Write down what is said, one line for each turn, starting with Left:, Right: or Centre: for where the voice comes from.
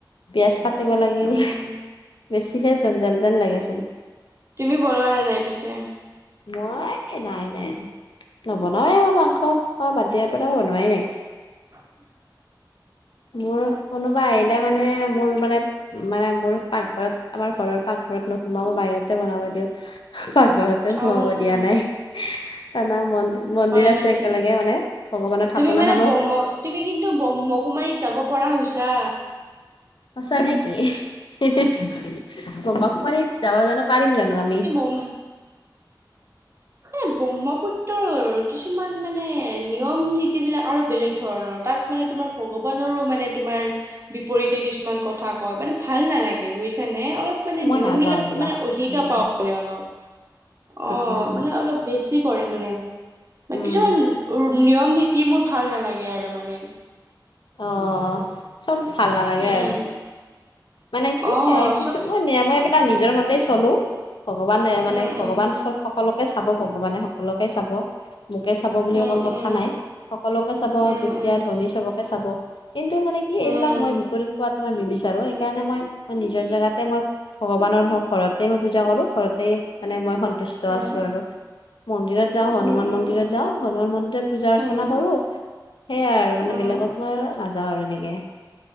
Left: পিয়াজ কাটিব লাগিল
Right: উম,
Left: বেছিহে জনজাল যেন লাগেচোন।
Right: তুমি বনোৱা নে নাই পিছে?
Left: মই হে নাই নাই নাই নবনাওয়েই মই মাংস মই বাদ দিয়াৰ পৰা বনোৱাই নাই।
Right: হ
Left: মোৰ কোনোবা আহিলে মানে, মোৰ মানে মানে মোৰ পাকঘৰত, আমাৰ ঘৰৰ পাকঘৰত নোসোমাওঁ বাহিৰতে বনাব দিওঁ। পাকঘৰতে
Right: অ',
Left: সোমাব দিয়া নাই। এ নাই মন্দিৰ মন্দিৰ
Right: হয়
Left: আছে
Right: নেকি?
Left: একেলগে মানে ভগৱানৰ
Right: তুমি
Left: থাপনাখনো
Right: মানে ব্ৰহ্ম তুমি কিন্তু ব্ৰহ্মকুমাৰীত যাব পৰা হৈছা।
Left: সঁচা নেকি ইহ হি হি ব্ৰহ্মকুমাৰীত, যাব জানো পাৰিম জানো আমি!
Right: উম <unintelligible> এ ব্ৰহ্মপুত্ৰৰ কিছুমান মানে নিয়ম-নীতি বিলাক আৰু বেলেগ ধৰণৰ। তাত মানে তোমাৰ ভগৱান নৰো তোমাৰ বিপৰীতে কিছুমান কথা কয়, মানে ভাল নালাগে বুজিছা নে অলপ মানে
Left: মই
Right: নিয়মবিলাক
Left: নাযাওঁ এইবিলাক
Right: মানে অধিকহে
Left: উম
Right: পাওঁ মানে অলপ। অ',
Left: উম
Right: মানে অলপ বেছি কৰে মানে
Left: উম
Right: কিছুমান উৰ নিয়ম-নীতি মোৰ ভাল নালাগে আৰু মানে।
Left: অ চব ভাল নালাগে
Right: উম
Left: আৰু মানে কি
Right: অ
Left: এ কিছুমান
Right: চব
Left: <unintelligible> বা নিজৰ মতেই চ'লো। ভগৱানে মানে
Right: উম
Left: ভগৱান চব সকলোকে চাব ভগৱানে, সকলোকে চাব। মোকে চাব বুলি
Right: উম
Left: অকল
Right: উম
Left: কথা নাই। সকলোকে চাব।
Right: উম
Left: দুখীয়া, ধনী চবকে চাব। কিন্তু মানে কি
Right: উম উম
Left: এইবিলাক মই বিপৰীত হোৱাত মই নিবিচাৰো সেইকাৰণে মই মই নিজৰ জেগাতে মই ভগৱানৰ মোৰ ঘৰত তেই মই পূজা কৰোঁ, ঘৰতেই মানে মই সন্তুষ্ট
Right: উম
Left: আছোঁ আৰু। মন্দিৰত যাওঁ,
Right: উম
Left: হনুমান
Right: উম উম
Left: মন্দিৰত
Right: উম
Left: যাওঁ হনুমান মন্দিৰত পূজা অৰ্চনা
Right: উম
Left: কৰোঁ। সেইয়াই আৰু মানে
Right: উম,
Left: বেলেগত- নাযাওঁ আৰু এনেকে